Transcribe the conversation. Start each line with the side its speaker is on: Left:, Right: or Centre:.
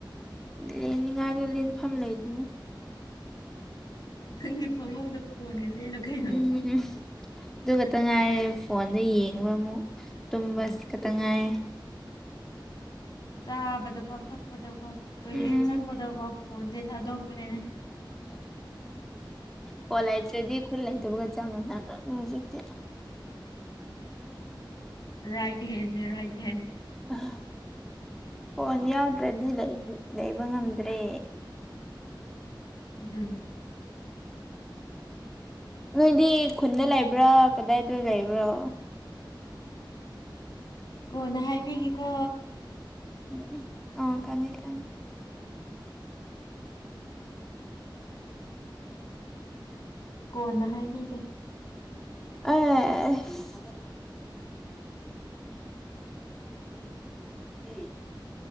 Centre: ꯂꯦꯟꯅꯤꯡꯉꯥꯏꯗꯣ ꯂꯦꯟꯐꯝ ꯂꯩꯗ
Left: ꯅꯪꯒꯤ ꯐꯃꯨꯡꯗ ꯐꯣꯟꯒ ꯂꯦꯜꯂꯣ ꯀꯩꯅꯣ
Centre: ꯎꯝ ꯑꯗꯨ ꯈꯛꯇ ꯉꯥꯏꯔꯦ ꯑꯗꯨ ꯌꯦꯡꯕ ꯑꯃꯨꯛ ꯇꯨꯝꯕ
Left: ꯎꯝ
Centre: ꯁꯤ ꯈꯛꯇ ꯉꯥꯏꯔꯦ
Left: ꯆꯥꯕꯗꯐꯥꯎ ꯊꯛꯄꯗꯐꯥꯎ ꯇꯣꯏꯂꯦꯠ
Centre: ꯎꯝ
Left: ꯆꯪꯕꯗꯐꯥꯎ ꯐꯣꯟꯁꯦ ꯊꯥꯗꯣꯛꯇ꯭ꯔꯦꯅꯦ ꯍꯟꯗꯛꯇꯤ
Centre: ꯐꯣꯟ ꯂꯩꯥꯇ꯭ꯔꯗꯤ ꯈꯨꯠ ꯂꯩꯇꯕꯒ ꯆꯞ ꯃꯥꯟꯅꯗ꯭ꯔ ꯍꯧꯖꯤꯛꯇꯤ
Left: ꯔꯥꯏꯠ ꯍꯦꯟꯅꯦ ꯔꯥꯏꯠ ꯍꯦꯟ
Centre: ꯑ ꯐꯣꯟ ꯌꯥꯎꯗ꯭ꯔꯗꯤ ꯂꯩ ꯂꯩꯕ ꯉꯝꯗ꯭ꯔꯦ
Left: ꯑꯗꯨꯟ
Centre: ꯅꯣꯏꯗꯤ ꯈꯨꯟꯗ ꯂꯩꯕ꯭ꯔꯥ ꯀꯗꯥꯏꯗ ꯂꯩꯕ꯭ꯔꯣ
Left: ꯀꯣꯟꯅ ꯍꯥꯏꯕꯤꯒꯦꯀꯣ
Centre: ꯎꯝ ꯎ ꯑ ꯈꯪꯉꯦ ꯈꯪꯉꯦ
Left: ꯀꯣꯟꯅ ꯍꯥꯏꯕꯤꯒꯦ
Centre: ꯑꯥꯢꯁ ꯗꯤ